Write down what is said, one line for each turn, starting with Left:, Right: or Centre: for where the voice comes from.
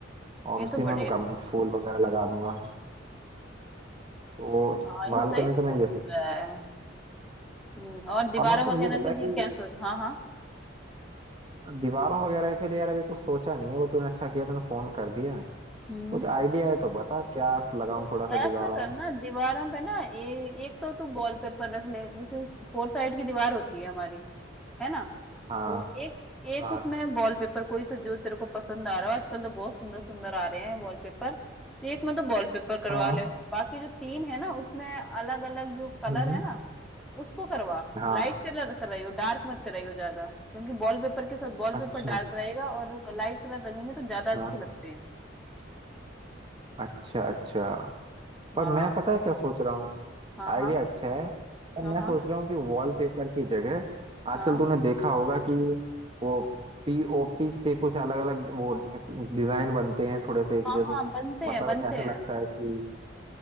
Right: और
Centre: ये
Right: उसी
Centre: तो
Right: में
Centre: बड़े
Right: मैं गम- फूल वगैरह लगा दूंगा तो
Centre: हाँ
Right: बालकनी
Centre: ये सही सोच
Right: तो मैं ये सोच
Centre: रहा है हम्म, और दीवारों
Right: और मतलब
Centre: वगैरह
Right: ये बता
Centre: के लिए
Right: कि
Centre: क्या सोच हाँ हाँ
Right: दीवारों वगैरह के लिए यार अभी कुछ सोचा नहीं है वो तूने अच्छा किया तूने फोन कर दिया
Centre: हम्म
Right: कुछ आइडिया है तो बता क्या लगाऊं
Centre: तो
Right: थोड़ा सा
Centre: ऐसा
Right: दीवारों
Centre: करना
Right: में
Centre: दीवारों पे ना ए, एक तो तू वॉलपेपर रख ले जैसे फोर साइड की दीवार होती है हमारी है ना
Right: हाँ
Centre: तो एक एक
Right: हाँ
Centre: उसमें वॉलपेपर कोई सा जो तेरे को पसंद आ रहा हो आजकल तो बहुत सुंदर सुंदर आ रहे हैं वॉलपेपर तो एक में तो वॉलपेपर करवा
Right: हाँ
Centre: ले बाकी जो तीन है ना उसमें अलग अलग जो कलर
Right: हम्म, हम्म,
Centre: है ना उसको करवा
Right: हाँ
Centre: लाइट कलर कराइयो डार्क मत कराइयो ज्यादा क्योंकि वॉलपेपर के साथ वॉलपेपर
Right: अच्छा
Centre: डार्क रहेगा और जो लाइट कलर रंगेंगे तो ज्यादा अच्छे
Right: हाँ
Centre: लगते हैं
Right: अच्छा अच्छा
Centre: हाँ
Right: पर मैं पता है क्या सोच रहा हूँ
Centre: हाँ
Right: आइडिया
Centre: हाँ
Right: अच्छा है पर
Centre: हाँ
Right: मैं
Centre: हाँ
Right: सोच रहा हूँ कि वॉलपेपर की जगह आजकल
Centre: हाँ
Right: तूने देखा होगा कि वो पीओपी से कुछ अलग अलग वो डिजाइन बनते हैं थोड़े से
Centre: हाँ
Right: जो जो-
Centre: हाँ बनते
Right: मतलब
Centre: हैं बनते
Right: ऐसा
Centre: हैं
Right: लगता है कि